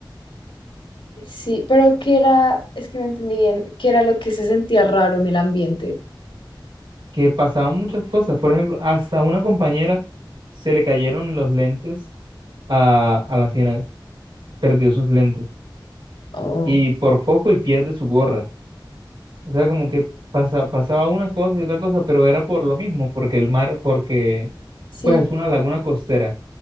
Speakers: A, on the left; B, on the right.
A: sí, pero ¿qué era? Es que no entendí bien. ¿Qué era lo que se sentía raro en el ambiente?
B: Que pasaban muchas cosas, por ejemplo, hasta a una compañera se le cayeron los lentes a, a la ciénaga, perdió sus lentes
A: Oh,
B: y por foco y pierde su gorra. O sea, como que pasa, pasaba una cosa y otra cosa, pero era por lo mismo, porque el mar, porque
A: sí,
B: pues es una laguna costera.